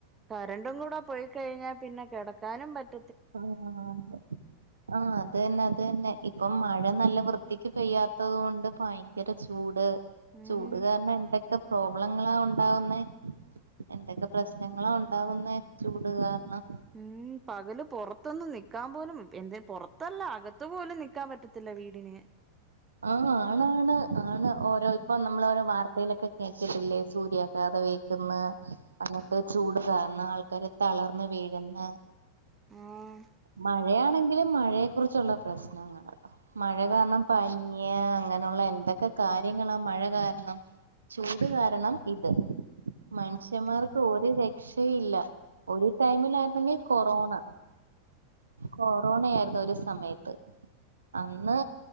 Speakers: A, on the right; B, on the right.
A: കറന്റും കൂടെ പോയി കഴിഞ്ഞാ പിന്നെ കെടക്കാനും പറ്റ
B: ആ ആ ആ അത് തെന്നെ അത് തെന്നെ ഇപ്പ മഴ നല്ല വൃ വൃത്തിക്ക് പെയ്യാത്തതോണ്ട് ഭയങ്കര ചൂട്
A: ഉം
B: ചൂട് കാരണം എന്തെ ക്കെ പ്രോബ്ലങ്ങളാ ഉണ്ടാവുന്നെ എന്തൊക്കെ പ്രശ്നങ്ങളാ ഉണ്ടാവുന്നെ ചൂട് കാരണം
A: ഉം പകലും പൊറത്തൊന്നും നിക്കാൻ പോലും എന്തെ പൊറത്ത് അല്ല അകത്ത് പോലും നി നിക്കാൻ പറ്റത്തില്ല വീട്ന്
B: ആ ആണാണ് ആണ് ഓരോ ഇപ്പൊ നമ്മൾ ഓരോ വാർത്തയിലൊക്കെ കേക്കൽ ഇല്ലെ സൂര്യാഘാതം വേൽക്ക്ന്ന് അന്നത്തെ ചൂട് കാരണം ആൾക്കാര് തളർന്ന് വീഴ്ന്ന്
A: ആഹ്
B: മഴയാണെങ്കിലും മഴയെ കുറിച്ചുള്ള പ്രശ്നങ്ങൾ മഴ
A: മ
B: കാരണം ഇഞ് അങ്ങനെയുള്ള എന്തൊക്കെ കാര്യങ്ങളാ മഴ കാരണം ചൂട് കാരണം ഇത് മനുഷ്യന്മാർക്ക്
A: ആഹ്
B: ഒര് രക്ഷ ഇല്ല ഒരു ടൈമിലായിര്ന്നെങ്കി കൊറോണ കൊറോണ ആയിരുന്നു ഒരു സമയത്ത് അന്ന്